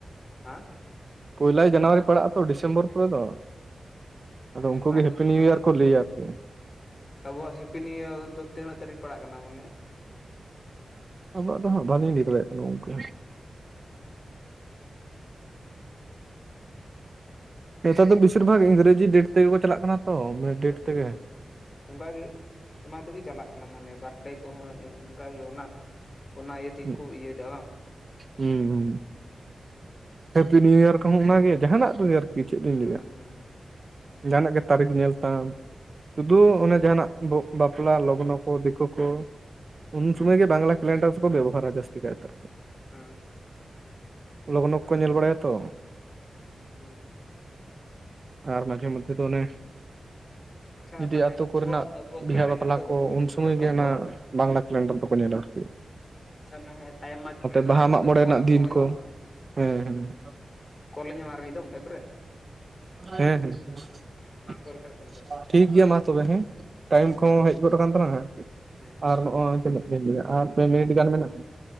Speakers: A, on the left; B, on the right.
A: ᱦᱮᱸ
B: ᱯᱚᱭᱞᱟᱭ ᱡᱟᱱᱩᱣᱟᱨᱤ ᱯᱟᱲᱟᱜ ᱟ ᱛᱚ ᱰᱤᱥᱮᱢᱵᱚᱨ ᱯᱚᱨᱮ ᱫᱚ ᱟᱫᱚ ᱩᱱᱠᱩ
A: ᱵᱟᱝ
B: ᱜᱮ ᱦᱮᱯᱤ ᱱᱤᱭᱩ
A: ᱢᱟᱱᱮ
B: ᱤᱭᱟᱨ ᱠᱚ ᱞᱟᱹᱭᱟ ᱟᱨᱠᱤ
A: ᱟᱵᱚᱣᱟᱜ ᱦᱮᱯᱤ ᱱᱤᱭᱩ ᱤᱭᱟᱨ ᱫᱚ ᱛᱤᱱᱟᱹᱜ ᱛᱟᱹᱨᱤᱠᱷ ᱯᱟᱲᱟᱜ ᱠᱟᱱᱟ ᱢᱟᱱᱮ
B: ᱟᱵᱚᱣᱟᱜ ᱫᱚ ᱦᱟᱜ ᱵᱟᱞᱤᱧ ᱞᱟᱹᱭ ᱫᱟᱬᱮ ᱠᱟᱱᱟ ᱜᱚᱢᱠᱮ ᱱᱮᱛᱟᱨ ᱫᱚ ᱵᱮᱥᱤᱨ ᱵᱷᱟᱜᱽ ᱤᱝᱨᱮᱡᱤ ᱰᱮᱴ ᱛᱮᱜᱮ ᱠᱚ ᱪᱟᱞᱟᱜ ᱠᱟᱱᱟ ᱛᱚ ᱰᱮᱴ
A: <unintelligible>
B: ᱛᱮᱜᱮ
A: ᱚᱱᱠᱟᱜᱮ ᱚᱱᱟ ᱛᱮᱜᱮ ᱪᱟᱞᱟᱜ ᱠᱟᱱᱟ ᱢᱟᱱᱮ ᱵᱟᱨᱰᱮ ᱠᱚᱦᱚᱸ ᱚᱱᱠᱟᱜᱮ ᱚᱱᱟ ᱚᱱᱟ ᱤᱭᱟᱹ ᱛᱮᱜᱮ
B: ᱦᱩᱸᱜ
A: ᱠᱚ ᱤᱭᱟᱹᱭᱮᱫᱟ ᱵᱟᱝ
B: ᱦᱩ ᱦᱩ ᱦᱮᱯᱤ ᱱᱤᱭᱩ ᱤᱭᱟᱨ ᱠᱚᱦᱚᱸ ᱚᱱᱟᱜᱮ ᱡᱟᱦᱟᱱᱟᱜ ᱫᱚ ᱟᱨᱠᱤ ᱪᱮᱜ ᱞᱤᱧ
A: ᱦᱩᱸ
B: ᱞᱟᱹᱭᱟ᱾
A: ᱦᱩᱸ
B: ᱡᱟᱱᱟᱜ ᱜᱮ ᱛᱟᱹᱨᱤᱠᱷ ᱧᱮᱞ ᱛᱟᱢ᱾ ᱥᱩᱫᱩ ᱚᱱᱮ ᱡᱟᱦᱟᱱᱟᱜ ᱵᱚᱜ ᱵᱟᱯᱞᱟ ᱞᱚᱠᱱᱚ ᱠᱚ ᱫᱮᱠᱳ ᱠᱚ ᱾ ᱩᱱ
A: ᱦᱩᱸ
B: ᱥᱩᱢᱚᱭ ᱜᱮ ᱵᱟᱝᱞᱟ ᱠᱮᱞᱮᱱᱰᱟᱨ ᱠᱚ ᱵᱮᱵᱚᱦᱟᱨᱟ ᱡᱟᱹᱥᱛᱤ ᱠᱟᱭ ᱛᱮ
A: ᱚᱸ
B: ᱞᱚᱜᱚᱱᱚ ᱠᱚ ᱧᱮᱞ ᱵᱟᱲᱟᱭᱟ ᱛᱚ᱾
A: ᱩᱸ
B: ᱟᱨ ᱢᱟᱡᱷᱮ ᱢᱚᱫᱷᱮ ᱫᱚ ᱚᱱᱮ
A: ᱟᱪᱪᱷᱟ
B: ᱡᱩᱫᱤ
A: ᱢᱟᱱᱮ
B: ᱟᱛᱳ
A: ᱟᱵᱚᱣᱟᱜ
B: ᱠᱚ ᱨᱮᱱᱟᱜ
A: ᱟᱵᱚᱣᱟᱜ
B: ᱵᱤᱦᱟᱹ
A: ᱠᱮᱞᱮᱱᱰᱟᱨ
B: ᱵᱟᱯᱞᱟ
A: ᱫᱚ
B: ᱠᱚ
A: ᱵᱟᱠᱚ ᱵᱮᱱᱟᱣ
B: ᱩᱱ
A: ᱠᱟᱫᱟ
B: ᱥᱚᱢᱚᱭ
A: ᱵᱟᱝ
B: ᱜᱮ
A: ᱦᱚᱲᱟᱜ
B: ᱱᱟᱜ ᱵᱟᱝᱞᱟ ᱠᱮᱞᱮᱱᱰᱟᱨ ᱫᱚᱠᱚ ᱧᱮᱞᱟ ᱾
A: ᱟᱪᱪᱷᱟ ᱢᱟ ᱦᱚ ᱴᱟᱭᱤᱢ ᱢᱟ ᱡᱳᱭᱮᱱ
B: ᱵᱟᱦᱟ
A: ᱟᱨ
B: ᱢᱟᱜ
A: ᱢᱤᱜ ᱫᱚᱢ
B: ᱢᱚᱬᱮ ᱨᱮᱱᱟᱜ
A: ᱠᱚᱞ ᱮᱢ
B: ᱫᱤᱱ
A: ᱥᱚᱢᱚᱭᱚᱜᱼᱟ
B: ᱠᱚ ᱦᱮᱸ
A: ᱾ ᱠᱚᱞ ᱤᱧ ᱧᱟᱢ ᱟᱨ ᱢᱤᱫ ᱫᱚᱢ ᱮᱯ ᱨᱮ᱾
B: ᱦᱮᱸ ᱦᱮᱸ
A: ᱢᱟ
B: <inaudible>
A: ᱠᱚᱞ ᱠᱷᱟᱡ ᱠᱚᱞ ᱵᱮᱱ
B: ᱴᱷᱤᱠ ᱜᱤᱭᱟ ᱢᱟ ᱛᱚᱵᱮ ᱦᱮᱸ ᱴᱟᱭᱤᱢ
A: ᱦᱮᱸ
B: ᱠᱚᱦᱚᱸ
A: ᱢᱟ
B: ᱦᱮᱡ ᱜᱚᱫ ᱟᱠᱟᱱ ᱛᱟᱞᱟᱝᱟ ᱦᱟᱜ
A: ᱦᱮᱸ
B: ᱟᱨ
A: ᱢᱟ
B: ᱱᱚᱜᱼᱚᱭ ᱛᱤᱱᱟᱹᱜ <unintelligible> ᱟᱨ ᱯᱮ ᱢᱤᱱᱤᱴ ᱜᱟᱱ ᱢᱮᱱᱟᱜᱼᱟ